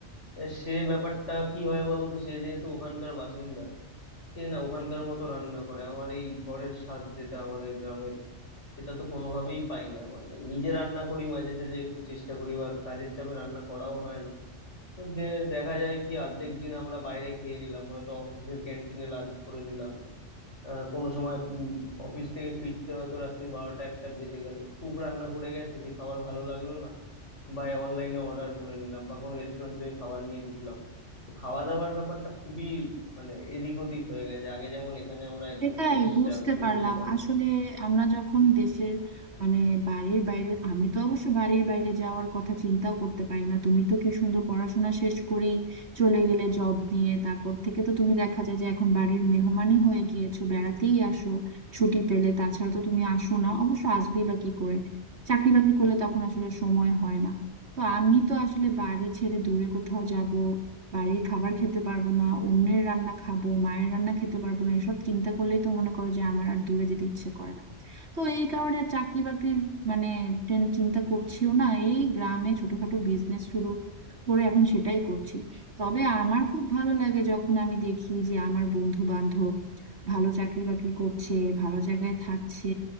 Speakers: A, on the left; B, on the right.
A: এবার সে ব্যাপারটা কি হয় বলো তো সে যেহেতু ওখানকার বাসিন্দা সে না ওখানকার মতো রান্না করে আমার এই ঘরের স্বাদ যেটা আমাদের গ্রামের সেটা তো কোনোভাবেই পাই না মানে নিজে রান্না করি মাঝে সাঝে একটু চেষ্টা করি এবার কাজের চাপে রান্না করাও হয় না তো যে দেখা যায় কি অর্ধেক দিন আমরা বাইরে খেয়ে নিলাম হয়তো অফিসের ক্যান্টিনে লাঞ্চ করে নিলাম আহ, কোনো সময় অফিস থেকে ফিরতে হয়তো রাত্রি বারোটা একটা বেজে গেল কুক রান্না করে গেছে সে খাবার ভালো লাগলো না বা অনলাইনে অর্ডার করে নিলাম বা কোনো রেস্টুরেন্ট থেকে খাবার নিয়ে ঢুকলাম তো খাওয়া দাওয়ার ব্যাপারটা খুবই মানে এদিক ওদিক হয়ে গেছে আগে যেমন এখানে আমরা একদম
B: এটাই
A: ফ্রেশ
B: বুঝতে
A: শাকসবজি
B: পারলাম
A: খেতাম
B: আসলে আমরা যখন দেশের মানে বাড়ির বাইরে আমি তো অবশ্য বাড়ির বাইরে যাওয়ার কথা চিন্তাও করতে পারি না তুমি তো কি সুন্দর পড়াশোনা শেষ করেই চলে গেলে জব নিয়ে তারপর থেকে তো তুমি দেখা যায় যে এখন বাড়ির মেহমানই হয়ে গিয়েছো বেড়াতেই আসো ছুটি পেলে তাছাড়া তো তুমি আসো না অবশ্য আসবেই বা কি করে চাকরি বাকরি করলে তখন আসলে সময় হয় না তো আমি তো আসলে বাড়ি ছেড়ে দূরে কোথাও যাব বাড়ির খাবার খেতে পারবো না অন্যের রান্না খাবো মায়ের রান্না খেতে পারবো না এসব চিন্তা করলেই তো মনে করো যে আমার আর দূরে যেতে ইচ্ছে করে না তো এই কারণে আর চাকরি বাকরির মানে টেন- চিন্তা করছিও না এই গ্রামে ছোটখাটো বিজনেস শুরু করে এখন সেটাই করছি তবে আমার খুব ভালো লাগে যখন আমি দেখি যে আমার বন্ধু বান্ধব ভালো চাকরি বাকরি করছে ভালো জায়গায় থাকছে